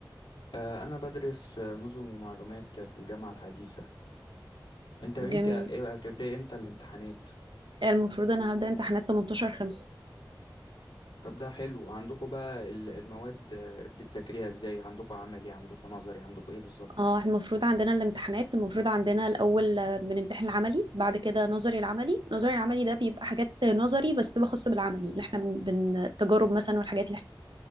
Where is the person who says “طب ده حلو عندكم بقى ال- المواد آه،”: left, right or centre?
Left